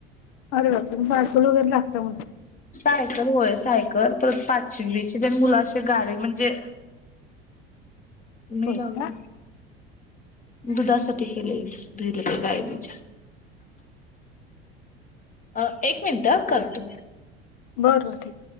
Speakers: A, on the left; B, on the left.
A: अरे बापरे पार्सल वगैरे लागतं. मग
B: सायकल होय सायकल परत पाचवीची पण मुलं अशी गाडी म्हणजे मी
A: होय
B: लावली.
A: का
B: दुधासाठी खुले दुधले गाडीन अ एक मिनिट ह करते.
A: बर बर ठीक